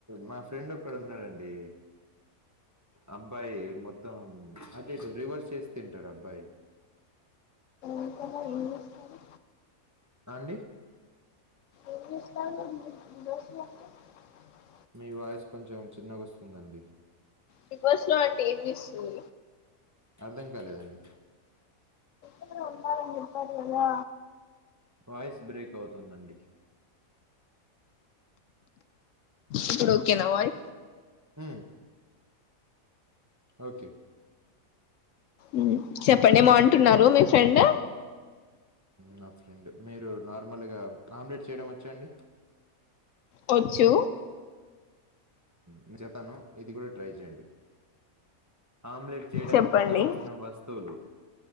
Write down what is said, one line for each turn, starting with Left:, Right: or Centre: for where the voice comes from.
Right: మా ఫ్రెండ్ ఒకక్కడ ఉన్నాడండి అబ్బాయి మొత్తం అ రివర్స్ చేసి తింటాడు అబ్బాయి
Left: బిగ్ బాస్ లో ఏం చేస్తారు
Right: అండి
Left: <unintelligible>
Right: మీ వాయిస్ కొంచెం చిన్నగస్తుందండి
Left: బిగ్ బస్ లో అంటే ఏం చేస్తారు
Right: అర్థం కాలేదండి
Left: ఉన్నారూ అని చెప్పారు కదా
Right: వాయిస్ బ్రేక్ అవుతుందండి
Left: ఇప్పుడు ఓకేనా వయ
Right: అ ఓకే
Left: ఉ చెప్పండి బాగుంటున్నారు మీే ఫ్రెండ్
Right: నా ఫ్రెండ్ మీరు నార్మల్గా ఆమ్లెట్ చేయడం వచ్చాండి
Left: వచ్చు
Right: నేను చెతాను ఇది కూడా ట్రై చేయండి ఆమ్లెట్ చేయడానికి
Left: చెప్పండి
Right: కావల్సిన వస్తువులు